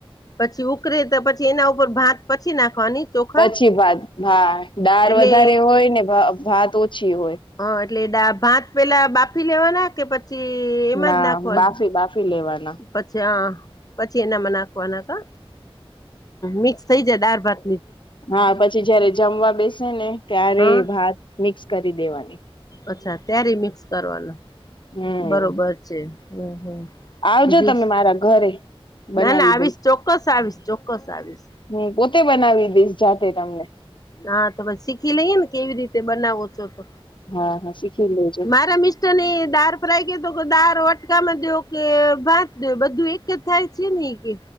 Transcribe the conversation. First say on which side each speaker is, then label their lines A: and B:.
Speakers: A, on the left; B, on the left.
A: પછી ઉકરે તો પછી એના ઉપર ભાત પછી નાખવાની ચોખા
B: પછી ભાત ભા દાળ
A: એટલે
B: વધારે હોય ને ભા ભાત ઓછી હોય.
A: હ એટલે દા ભાત પેલા બાફી લેવાના કે પછી એમાં
B: ના
A: જ નાખવાનું
B: બાફી બાફી લેવાના
A: પછી હ પછી એનામાં નાખવા નાખ હતા મિક્સ થઈ જાય દાળ ભાત
B: હા પછી જયારે જમવા બેસે ને ત્યારે
A: હા
B: ભાત મિક્સ કરી દેવાની.
A: અચ્છા ત્યારે મિક્સ કરવાના
B: હમ
A: બરોબર છે હમ હમ
B: આવજો
A: બીજું
B: તમે મારા ઘરે બનાવી
A: ના ના આવીશ ચોક્કસ આવીશ ચોક્કસ આવીશ
B: હમ પોતે બનાવી ડિશ જાતે તમને
A: હા તોમે શીખી લઈએ ને કેવી રીતે બનાવો છો તો
B: હા હા શીખી લેજો
A: મારા મિસ્ટર ને દાળ ફ્રાય કેતો કે દાળ વાટકામાં દો કે ભાત દો બધું એક જ થાય છે ન કે